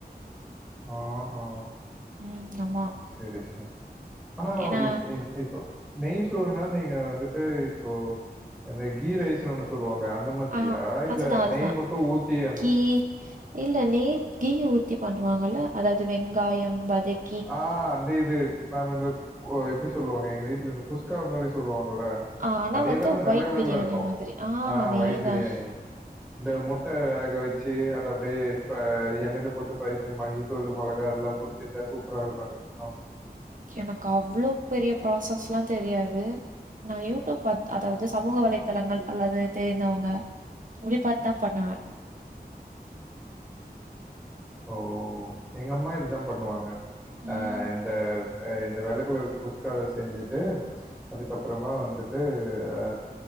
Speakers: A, in the centre; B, on the right.
A: ஆஹா
B: ம் ஆமா.
A: செரி செரி ஆனா
B: ஏன்னா
A: இப் ஏ இப்போ நெய் சோறுன்னா நீங்க வந்துட்டு இப்போ இந்த கீ ரைசுனு ஒண்ணு சொல்லுவாங்களே அந்த மாதிரியா
B: ஆ
A: இல்ல
B: அதுதான், அதுதான்.
A: நெய் மட்டு ஊத்தி அந்த
B: கீ
A: மாரியா
B: இல்ல நெய் கீய ஊத்தி பண்ணுவாங்கல்ல அதாவது வெங்காயம் வதக்
A: ஆ அந்த இது நாம இந்த ஓ எப்டி சொல்லுவாங்க எங்க வீட்ல இந்த குஸ்கா மாரி சொல்லுவாங்கல்ல
B: ஆ ஆனா
A: அதேதா
B: வந்து
A: வெள்ள
B: ஒயிட்
A: கழர்ல்ல
B: பிரியாணி
A: இருக்கு
B: மாதிரி.
A: ஆ
B: அதேதான்.
A: ஒயிட் பிரியாணி இந்த முட்ட வேக வெச்சு அத அப்டியே எண்ணெய்ல போட்டு ஃப்ரை பண்ணி மஞ்சள்த்தூளு மொளகா அதெல்லா இப்டி செஞ்சா சூப்பரா இருக்கு அது
B: எனக்கு அவ்ளோ பெரிய ப்ராசஸ்லா தெரியாது நா யூடியூப் அதாவது சமூக வலைதளங்கள் அல்லது தெரிந்தவங்க <unintelligible> பாத்து தா பண்ணுவே
A: ஓ எங்க அம்மா இதுதா பண்ணுவாங்க
B: ம்.
A: அ இந்த அ இந்த வெள்ள கலர் குஸ்காத செஞ்சுட்டு அதுக்கப்பறமா வந்துட்டு அ